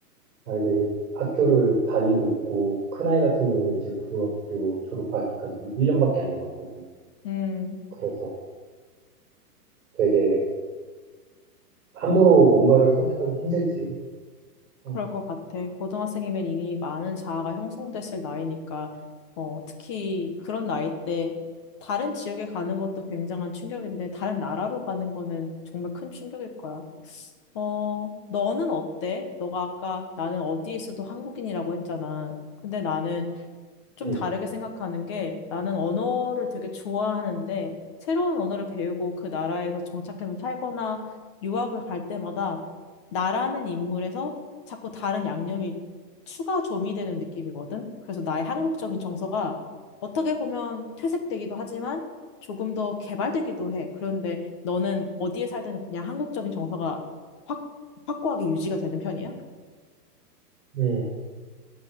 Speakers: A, on the right; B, on the left.
A: 아이들이 학교를 다니고 있고, 큰아이 같은 경우는 이제 고등학교 졸업하기까지 1년밖에 안 남았거든.
B: 음.
A: 그래서 되게 함부로 뭔가를 선택하기 힘들지. 어,
B: 그럴 것 같아. 고등학생이면 이미 많은 자아가 형성됐을 나이니까, 어, 특히 그런 나이 때 다른 지역에 가는 것도 굉장한 충격인데, 다른 나라로 가는 거는 정말 큰 충격일 거야. 어, 너는 어때? 너가 아까 나는 어디에서도 한국인이라고 했잖아. 근데 나는 좀
A: 음,
B: 다르게 생각하는 게 나는 언어를 되게 좋아하는데 새로운 언어를 배우고 그 나라에서 정착해서 살거나 유학을 갈 때마다 나라는 인물에서 자꾸 다른 양념이 추가 조미되는 느낌이거든. 그래서 나의 한국적인 정서가 어떻게 보면 퇴색되기도 하지만 조금 더 개발되기도 해. 그런데 너는 어디에 살든 그냥 한국적인 정서가 확, 확고하게 유지가 되는 편이야?
A: 음.